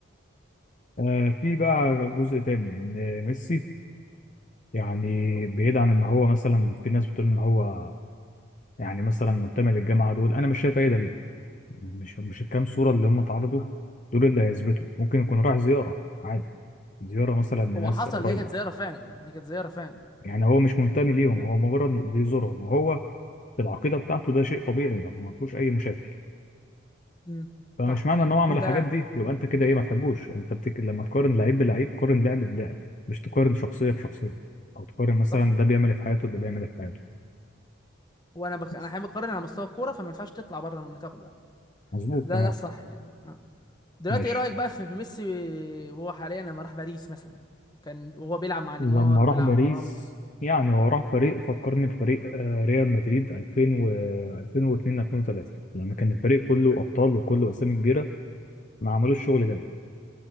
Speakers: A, on the left; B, on the left.
A: آه في بقى جزء تاني ان ميسي يعني بعيد عن ان هو مثلا في ناس بتقول ان هو يعني مثلا منتمي للجامعه دول انا مش شايف اي دليل مش مش الكام صوره اللي هم اتعرضوا دول اللي هيثبتوا ممكن يكون راح زياره عادي زياره مثلا لناس
B: هو حصل
A: قرايبه
B: هي كانت زيارة فعلا هي كانت زيارة فعلا
A: يعني هو مش منتمي
B: هي كانت
A: ليهم
B: زيارة
A: هو مجرد بيزورهم وهو في العقيده بتاعته ده شيء طبيعي ما ما فيهوش اي مشاكل
B: امم
A: فمش
B: صح
A: معنى ان هو عمل
B: انت
A: الحاجات دي يبقى انت كده ايه ما تحبوش انت بتك... لما تقارن لعيب بلعيب قارن لعب بلعب مش تقارن شخصيه بشخصيه او تقارن مثلا
B: صح
A: ده بيعمل إيه في حياته وده بيعمل إيه في حياته
B: وانا بك...
A: بس.
B: انا حابب اقارن على مستوى الكورة فما ينفعش تطلع بره من النطاق ده
A: مظبوط
B: ده
A: تمام
B: ده الصح يعني آه. دلوقتي
A: ماشي
B: ايه رأيك بقى في في ميسي وهو حاليا لما راح باريس مثلا كان وهو بيلعب مع نيمار
A: لما
B: وبيلعب
A: راح باريس
B: مع راموس
A: يعني هو راح فريق فكرني بفريق آه، ريال مدريد 2000 و 2002 2003 لما كان الفريق كله ابطال وكله اسامي كبيره ما عملوش شغل جامد